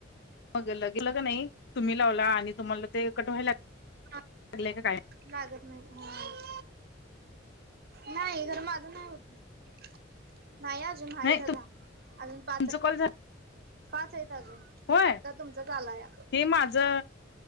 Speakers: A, on the left; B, on the right.
A: वगर लगेलं का नाही तुम्ही लावला आणि तुम्हाला ते कटवायला लाग
B: हा
A: ले का काय.
B: लागत नाही ह नाही खर माझं नाही होत. नाही आजुन आहे
A: नाही
B: ददा अजुन
A: तुमचं
B: पाच
A: कॉल झा
B: पाच आहेत अजून
A: होय
B: आता तुमचाच आलाया.
A: हे माझं